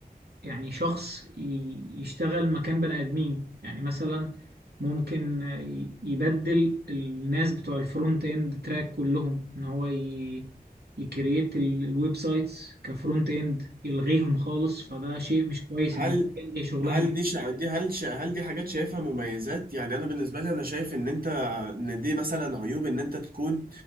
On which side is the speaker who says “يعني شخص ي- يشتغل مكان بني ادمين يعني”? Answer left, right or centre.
Right